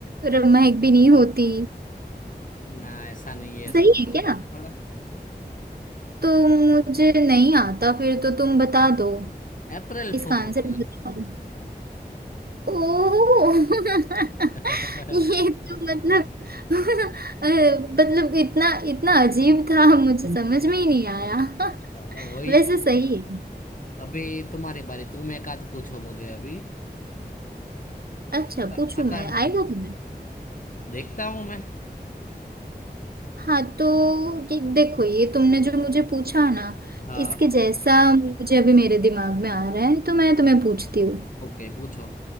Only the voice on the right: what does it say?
र- महक भी नहीं होती
सही
है क्या
तो मुझे नहीं आता फिर तो तुम बता दो
इसका
आंसर बताओ ओह <laughs>
<laughs> ये तो मतलब <laughs> अ, मतलब इतना इतना अजीब था मुझे समझ में ही नहीं आया <laughs>
वैसे
सही है
अच्छा
पूछू मैं
आएगा
तुम्हें
हाँ तो ये देखो ये तुमने जो मुझे पूछा ना
इसके जैसा मुझे अभी मेरे दिमाग में आ रहा है तो मैं तुम्हें पूछती हूँ